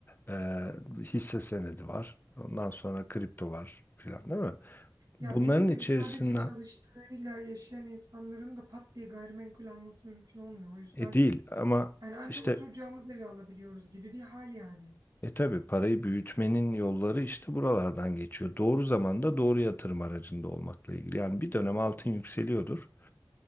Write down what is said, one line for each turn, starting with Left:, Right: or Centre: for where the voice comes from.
Left: e, hisse senedi var, ondan sonra kripto var filan değil mi?
Right: Ya
Left: Bunların
Right: bizim gibi
Left: içerisinden
Right: sadece çalıştığıyla yaşayan insanların da pat diye gayrimenkul alması mümkün olmuyor. O yüzden
Left: e, değil ama
Right: yani ancak
Left: işte
Right: oturacağımız evi alabiliyoruz gibi bir hal yani.
Left: E tabii parayı büyütmenin yolları işte buralardan geçiyor. Doğru zamanda doğru yatırım aracında olmakla ilgili. Yani bir dönem altın yükseliyordur.